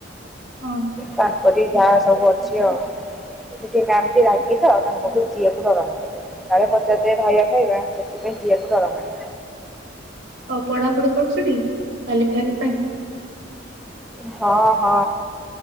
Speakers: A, on the right; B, in the centre.
A: ହଁ
B: ତାପରି ଯାହା ସବୁ ଅଛି ଆଉ <unintelligible> ମ୍ୟାାମ ଟି ରାଗି ତ ତାଙ୍କ ପାଖକୁ ଯିିବାକୁ ଡରମାଡୁଚି କାଳେ ପଚାରିଦେବେ ଭାଇବା ଖାଇବା ସେଥିପାଇଁ ଯିଆକୁ ଡରମା
A: ହଉ ପଢାପଢି କରୁଛୁ ଟି କାଲିଫାଇବା ପାଇଁ
B: ହଁ ହଁ